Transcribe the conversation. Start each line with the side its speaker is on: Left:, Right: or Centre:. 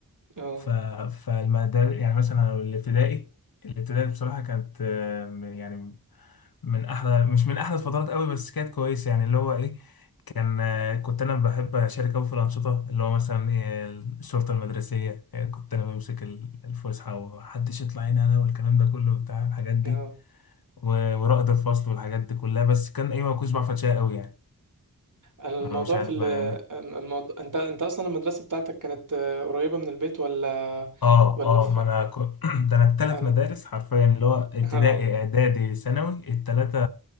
Right: اه
Left: ف فالمدار يعني مثلا الابتدائي الابتدائي بصراحه كانت آه، يعني من احلى مش من احلى الفترات قوي بس كانت كويسه يعني اللي هو ايه كان كنت انا بحب اشارك قوي في الانشطه اللي هو مثلا إيه الشرطه المدرسيه إيه كنت انا بمسك ال- الفسحه ومحدش يطلع هنا انا والكلام ده كله بتاع الحاجات دي
Right: اه
Left: و- ورائد الفصل والحاجات دي كلها بس كان ايه ما كنتش بعرف اتشقى قوي يعني
Right: انا الموضوع
Left: أنا مش عارف
Right: في ال-
Left: بقى يعني
Right: الموضوع انت انت اصلا المدرسة بتاعتك كانت آه، قريبة من البيت ولا
Left: اه
Right: ولا
Left: اه
Right: في
Left: ما انا كنت <clears throat> ده انا التلات
Right: انا
Left: مدارس حرفيا اللي هو ابتدائي
Right: <laughs> اه
Left: اعدادي ثانوي التلاتة